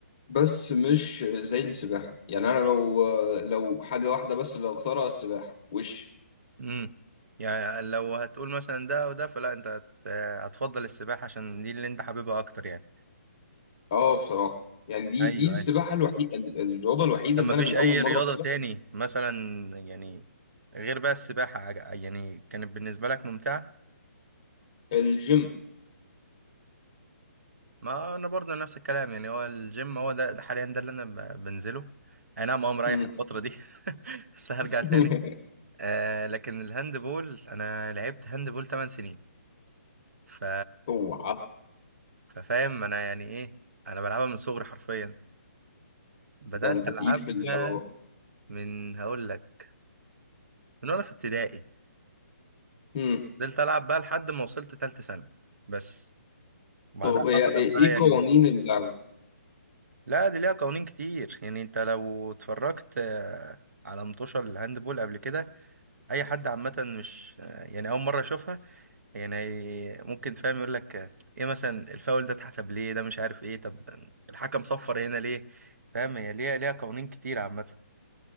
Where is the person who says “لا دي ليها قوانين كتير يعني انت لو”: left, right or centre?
Right